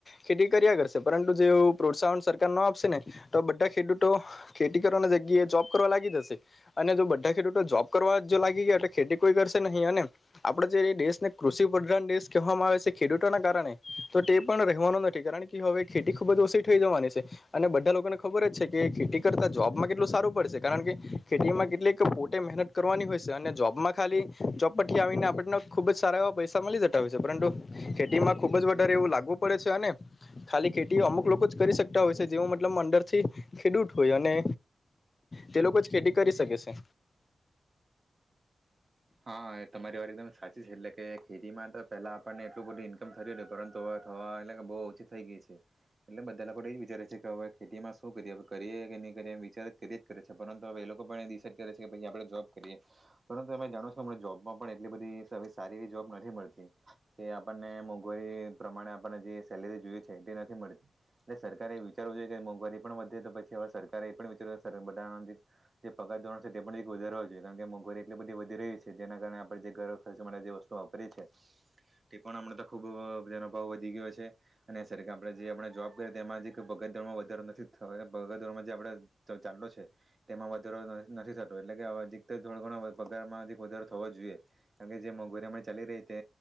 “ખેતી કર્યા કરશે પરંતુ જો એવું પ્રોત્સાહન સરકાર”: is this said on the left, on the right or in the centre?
Left